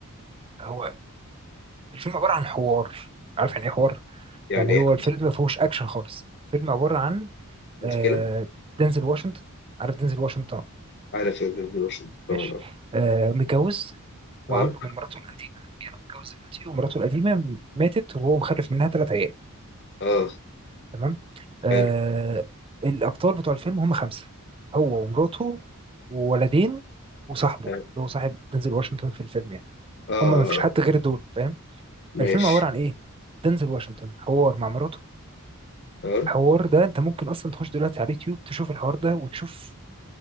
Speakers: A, on the right (about 25°); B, on the left (about 50°).
A: هو الفيلم عبارة عن حوار عارف يعني ايه حوار؟
B: يعني
A: يعني
B: إيه
A: هو الفيلم ما فيهوش اكشن خالص الفيلم عبارة عن
B: مشكلة
A: آه، دينزل واشنطن عارف دينزل واشنطن
B: على فيلم ديلوشن طبعا
A: ماشي آه، متجوز وعنده
B: أه
A: من مراته القديمة يعني هو متجوز دلوقتي ومراته القديمة ماتت وهو مخلف منها ثلاث عيال
B: أه
A: تمام آه
B: حلو
A: الابطال بتوع الفيلم هم خمسه هو ومراته وولدين وصاحبه
B: أه
A: اللي هو صاحب دنزل واشنطن في الفيلم يعني
B: آه،
A: هم ما فيش حد غير دول فاهم
B: ماشي
A: الفيلم عباره عن ايه دنزل واشنطن حوار مع مراته
B: أه
A: الحوار ده انت ممكن اصلا تخش دلوقتي على اليوتيوب تشوف الحوار ده وتشوف